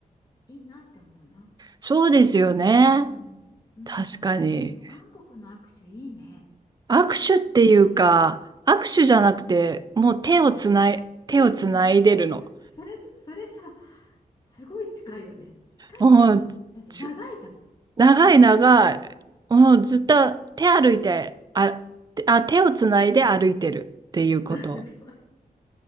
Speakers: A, on the left; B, on the right.
A: いいなって思うな。
B: そうですよね。
A: うん、うん。
B: 確かに。
A: なんかでも韓国の握手いいね。
B: 握手っていうか、
A: すごくいい。
B: 握手じゃなくて、もう手をつない、
A: 握手じゃないわ。手つな、
B: 手をつないでるの。
A: <laughs> そうそう。それ、それさ、すごい近いよね。近いっていうのかな。
B: もう、
A: だって長いじゃん。
B: ち長い長い。
A: ずっとでしょ
B: もうずっと手歩いて、あ、あ、手をつないで歩いてるっていうこと。
A: <laughs> でも